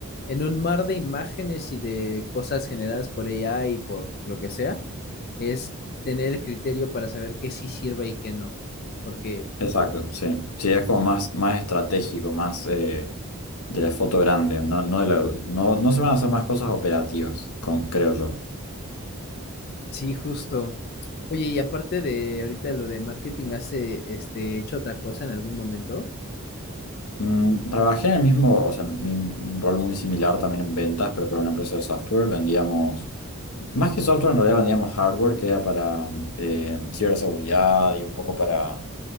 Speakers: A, on the left (about 45°); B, on the left (about 80°).
A: en un mar de imágenes y de cosas generadas por ella y por lo que sea, es tener el criterio para saber qué sí sirve y qué no. Porque
B: Exacto, sí. Sí, es como más, más estratégico, más eh, de la foto grande, no, no, de la- no, no se van a hacer más cosas operativas, con, creo yo.
A: sí, justo. Oye, y aparte de ahorita lo de marketing, ¿has eh, este, hecho otra cosa en algún momento?
B: Mm, Trabajé en el mismo, o sea, en mi- un rol muy similar también en ventas, pero para una empresa de software. Vendíamos, más que software, en realidad vendíamos hardware que era para eh, ciberseguridad y un poco para